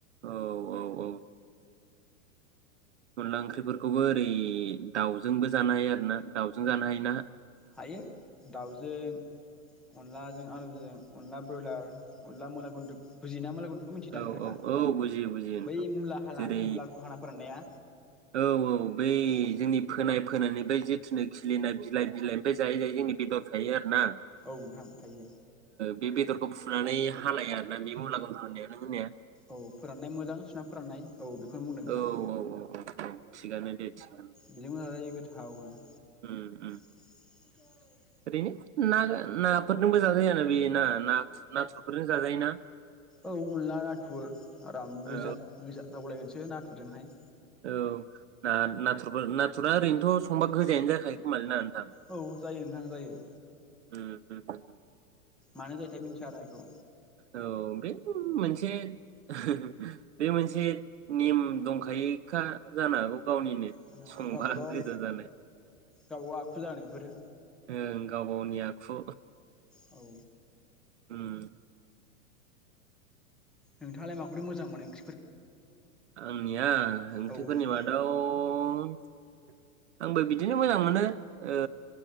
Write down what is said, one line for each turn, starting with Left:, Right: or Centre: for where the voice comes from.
Right: औ औ औ अनला ओंख्रिफोर बेखौबो ओरै दाउजोंबो जानो हायो आरो ना दाउजों जानो हायो ना
Centre: हायो दाउजों अनलाजों आलुजों अनला ब्रयलार अनला मुला गुनद्रुग बुजियोना मुला गुद बेफोरखौ मिथिदां
Right: ओ औ
Centre: नोंथाङा
Right: औ औ बुजियो बुजियो नोंथां
Centre: बै मुला हा
Right: जेरै
Centre: मुलाखौ हाना फोराननाया
Right: औ औ बै
Centre: औ
Right: जोंनि फोनाय फोनानै बै जे नो खिलिनाय बिलाइ बिलाइनिमफ्राय जायै जायै जोंनि बेदर थायो आरोना
Centre: औ नोंथां थायो
Right: बे बेदरखौ फुनानै हानाय आरोना बे मुला गुनद्रु होननाया नों होनाया
Centre: औ फोराननाय मोजां सुनानै फोराननाय औ बेखौनो बुंदों
Right: औ
Centre: नोंथां
Right: औ औ औ थिगानो दे थिगानो
Centre: बिजोंबो जाजायो गोथावनो
Right: उम उम
Centre: <unintelligible>
Right: ओरैनो ना-नाफोरजोंबो जाजायो आरो बे ना-नाथुरफोरजों जाजायो ना
Centre: औ अनला नाथुर आराम गोजा
Right: औ
Centre: गोजा जाबावलायगोनसै सो नाथुरदोंहाय
Right: औ ना-नाथुरफोर नाथुरा ओरैनोथ' संबा गोजायानो जाखायो खोमालै ना
Centre: औ जायो नोंथां जायो
Right: उम होम होम होम
Centre: मानो जायोथाय मिथिया आरो एखौ
Right: औ बे मोनसे <unintelligible> बे मोनसे नेम दंखायोखा जानो हागौ गावनिनो
Centre: जानांगौ
Right: संबा
Centre: गावबागाव
Right: गोजा जानाय
Centre: गावबागाव आखु जागोन बेफोरो
Right: ओं गाव गावनि आखु
Centre: औ
Right: उम
Centre: नोंथाङालाय माखौथो मोजां मोनो ओं
Right: आंनिया ओंख्रिफोरनि
Centre: औ नोंथां
Right: मादाव <unintelligible> आंबो बिदिनो मोजां मोनो ओ